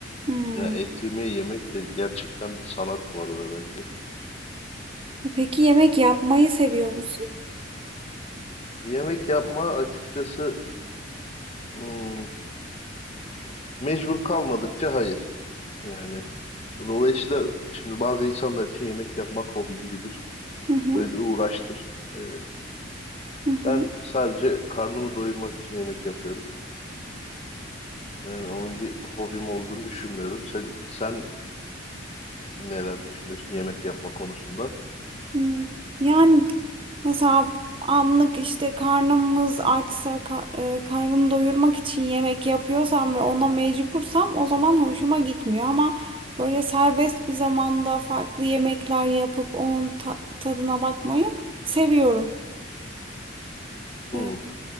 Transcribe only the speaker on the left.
Ya et yemeği yemek de gerçekten bir sanat bu arada bence.
Yemek yapma açıkçası hmm, mecbur kalmadıkça hayır. Yani dolayısıyla şimdi bazı insanlar için yemek yapmak hobi gibidir.
Böyle bir uğraştır. Ee,
ben sadece karnımı doyurmak için yemek yapıyorum. Yani onun bir hobim olduğunu düşünmüyorum. Sen sen neler düşünüyorsun yemek yapma konusunda?
Hı,